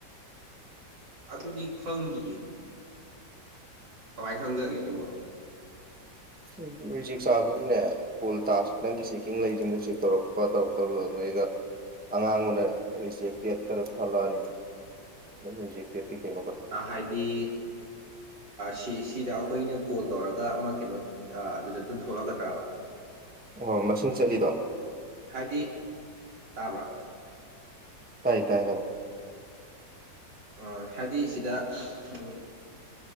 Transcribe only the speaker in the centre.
ꯎꯝ ꯔꯤꯖꯤꯛ ꯆꯥꯕꯁꯤꯅꯅꯦ ꯑꯣꯜ ꯇꯥꯛꯁ ꯅꯪꯒꯤ ꯆꯦꯛꯀꯤꯡ ꯂꯩꯁꯤꯡꯗꯨ ꯆꯦꯛ ꯇꯧꯔꯛꯄ ꯇꯧꯔꯛꯇꯕ ꯑꯗꯨꯗꯩꯗ ꯑꯉꯥꯡꯕꯅ ꯔꯤꯖꯦꯛꯇꯦꯠ ꯀꯩꯅꯣ ꯊꯂꯛꯑꯅꯤ ꯑꯗꯨꯝ ꯔꯤꯖꯦꯛꯇꯦꯠꯀꯤ ꯀꯩꯅꯣ
ꯑꯣ ꯃꯁꯤꯡ ꯆꯠꯂꯤꯗꯣ
ꯇꯥꯏꯌꯦ ꯇꯥꯏ ꯍꯥꯏꯔꯣ